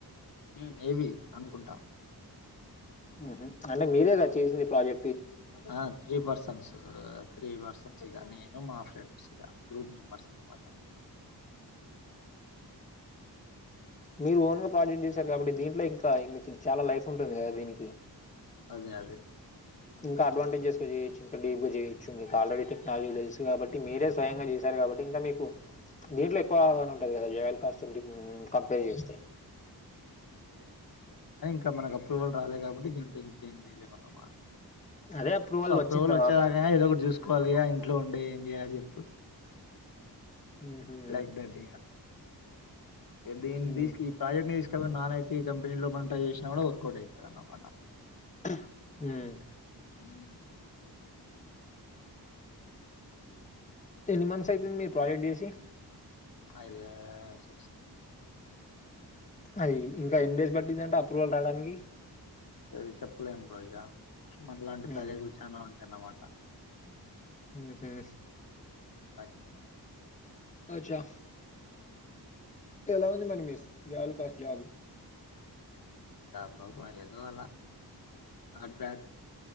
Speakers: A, on the left (about 60°); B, on the left (about 20°).
A: ఉమ్ ఏవి అనుకుంటా
B: హుహూ అంటే మీరేగా చేసింది ఈ ప్రాజె
A: ఆ త్రీ పర్సన్స్ త్రీ పర్సన్స్ ఇగ నేను మా ఫ్రెండ్ <inaudible> గ్రూప్ మెంబెర్స్ అన్నమాట
B: మీరు ఓన్ గా ప్రాజెక్ట్ చేశారు కాబట్టి దీంట్లో ఇంకా మీకు చాలా లైఫ్ ఉంటుంది కదా దీనికి
A: అదే అదే
B: ఇంకా అడ్వాంటేజెస్ చేయచ్చు ఇంక డీప్గాజేయచ్చు ఆల్రెడీ టెక్నాలజీ తెల్సు కాబ మీరే స్వయంగా చేశారు కాబట్టి ఇంకా మీకు దీంట్లో ఎక్కువగా ఉంటుంది కదా <unintelligible> <unintelligible> కంపేర్ చేస్తే
A: ఇక మన అప్రూవల్ రాలే కాబట్టి ఏం చేయలేమన్నమాట
B: అదే
A: సో అప్రూవల్
B: వచ్చిన తర్వాత
A: వచ్చేదాకా ఏదో ఒకటి చూసుకోవాలి ఇ ఇంట్లో ఉండి ఎప్పుడు
B: మ్మ్.
A: లైక్ టింగ్ దీ
B: మ్మ్.
A: తీసు ఈ ప్రాజెక్ట్ ని తీసు ఎ నాన్ ఐటీ కంపెనీలో మనం ట్రై చేసినా కూడా వర్కౌట్ అవుతుంది అన్నమాట
B: హ
A: ఉమ్,
B: ఎన్ని మంత్స్ అయితుంది మీరు ప్రాజెక్ట్ చేసి
A: అయిదే స
B: అది ఇంకా ఎన్ని డేస్ పట్టిందంటే అప్రూవల్ రావడానికి
A: ఏది చెప్పలేం బోగా మట్లాంటి
B: మ్మ్.
A: ప్రాజెక్లు చాలా ఉంటాయి అన్నమాట
B: ఆ హమ్
A: అ
B: అచ్చా ఎలా ఉంది మరి మీస్ జయకాష్ జాగు
A: ప్రోబ్లం ఎదు అాల నాట్ బ్యాడ్